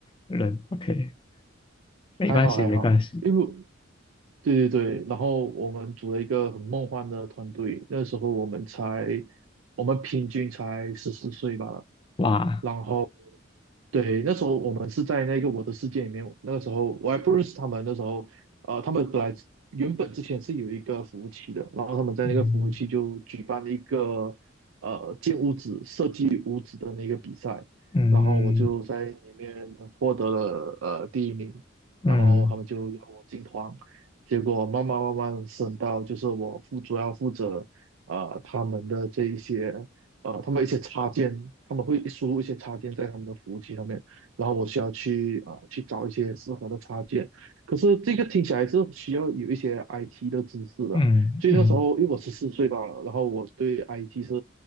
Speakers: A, on the left; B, on the right.
A: 人。OK，没关系，
B: 还好还好，
A: 没关系。
B: 因为对对对，然后我们组了一个很梦幻的团队，那时候我们才，我们平均才十四岁吧，
A: 哇，
B: 然后对，那时候我们是在那个我的世界里面，那个时候我还不认识他们，那时候呃，他们本来原本之前是有一个服务器的，然后他们在那个服务器就举办了一个呃建屋子、
A: 嗯
B: 设计屋子的那个比赛，
A: 嗯
B: 然后我就在里面获得了呃第一名，
A: 嗯
B: 然后他们就邀我进团，结果慢慢慢慢升到就是我负主要负责呃他们的这一些呃，他们一些插件，他们会输入一些插件在他们的服务器上面，然后我需要去啊、呃、去找一些适合的插件。可是这个听起来是需要有一些 IT 的知识的，
A: 嗯嗯嗯
B: 所以那时候因为我十四岁吧，然后我对 IT 是